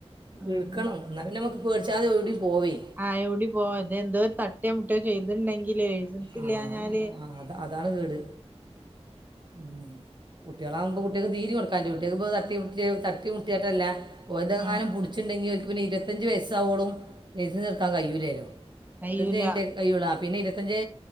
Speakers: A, on the right; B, on the right.
A: ഉം
B: എട്ക്കണംന്നാപിന്നെ മക്ക് പേട്ച്ചാതെ എവിടെം പോവേ
A: ആഹ് എവിടേം പോവ തെഎന്തോര് തട്ടെ മുട്ടേ ചെയ്ത്ണ്ടങ്കില് ലൈസൻസ് ഇല്യാഞ്ഞാല്
B: ആ ആ, അത അതാണ് കേട് ഉം കുട്യോളാമ്പോ കുട്യേക്ക് തീരിം കൊട്ക്കാൻ്റു കുട്യേൾക്പ്പോ തട്ടി മുട്ടേ തട്ടിമുട്യേറ്റല്ല ഓൽതെങ്ങാനും
A: ആഹ്
B: പുട്ച്ണ്ടങ്കി ഓൽക്ക് പിന്നെ ഇരുപത്തഞ്ച് വയസ്സാവോളും ലൈസസ്ട്ക്കാൻ കയ്യൂലലോ
A: കയ്യൂല
B: രതൻഞ്ചേൻട്ടേ കയ്യൂള്ളു ആഹ് പിന്നെ ഇര്‌വത്തഞ്ച്